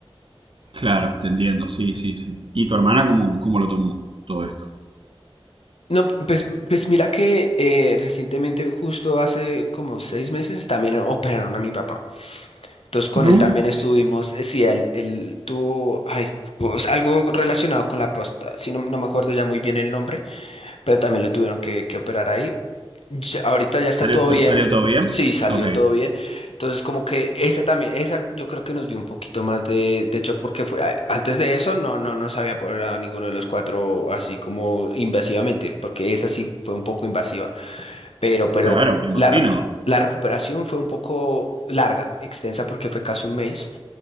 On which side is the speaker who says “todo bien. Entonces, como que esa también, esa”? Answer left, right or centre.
Left